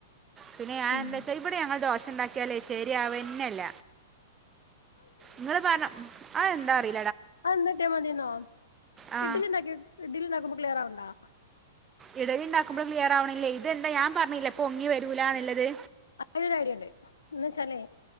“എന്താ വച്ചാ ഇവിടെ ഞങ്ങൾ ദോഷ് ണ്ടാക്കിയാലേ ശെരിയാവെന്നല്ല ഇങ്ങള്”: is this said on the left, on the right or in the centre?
Right